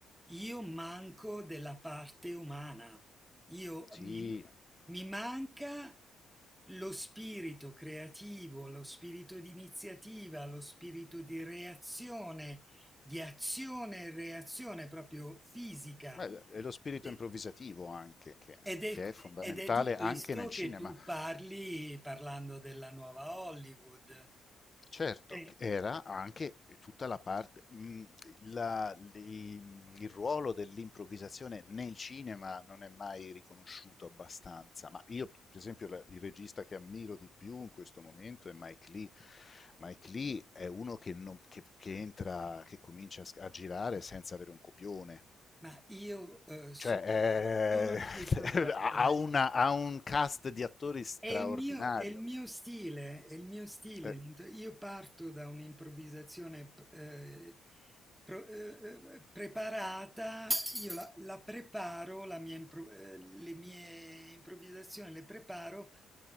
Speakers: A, in the centre; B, on the left.
A: io manco della parte umana. Io
B: sì,
A: mi, mi manca lo spirito creativo, lo spirito di iniziativa, lo spirito di reazione, di azione e reazione proprio fisica.
B: Beh, è lo spirito
A: E-
B: improvvisativo anche, che,
A: Ed è,
B: che è fondamentale
A: ed è di questo
B: anche nel
A: che
B: cinema.
A: tu parli parlando della nuova Hollywood.
B: Certo,
A: Eh,
B: era anche tutta la parte, mh, la- li- il ruolo dell'improvvisazione nel cinema non è mai riconosciuto abbastanza, ma io per esempio la- il regista che ammiro di più in questo momento è Mike Lee. Mike Lee è uno che, non- che- che entra, che comincia a s- a girare senza avere un copione
A: ma io eh, so-
B: cioè,
A: sono di questo genere.
B: eh, <laughs> ha, una- ha un cast di attori straordinario.
A: È il mio, è il mio stile, è il mio stile.
B: Eh.
A: l'intro- Io parto da un'improvvisazione eh, pro- eh, eh, preparata, io la, la preparo, la mia impro- eh, le mie improvvisazioni le preparo.